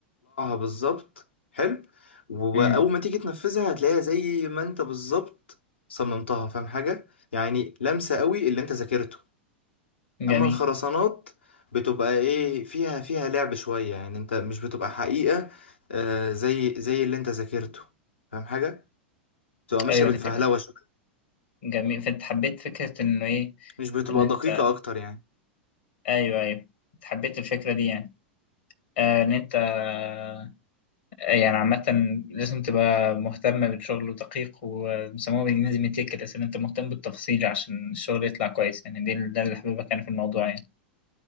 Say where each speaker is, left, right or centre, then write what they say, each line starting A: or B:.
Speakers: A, on the left; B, on the left.
A: بالظبط حلو وأول
B: امم
A: ما تيجي تنفذها هتلاقيها زي ما أنت بالظبط صممتها فاهم حاجة يعني لمسة قوي اللي أنت ذاكرته
B: جميل
A: اما الخرسانات بتبقى ايه فيها فيها لعب شوية يعني انت مش بتبقى حقيقة آه زي زي اللي انت ذاكرته فاهم حاجة بتبقى ماشية
B: ايوه
A: بالفهلوة
B: فانت كنت
A: شوية
B: جميل فانت حبيت فكرة انه ايه
A: مش بتبقى
B: ان انت
A: دقيقة اكتر يعني
B: ايوه ايوه انت حبيت الفكرة دي يعني آه ان انت آه يعني عامة لازم تبقى مهتم بالشغل ودقيق وبيسموها بالانجليزي ميتيكلس ان انت مهتم بالتفاصيل عشان الشغل يطلع كويس يعني دي ده اللي حبيبك كان في الموضوع يعني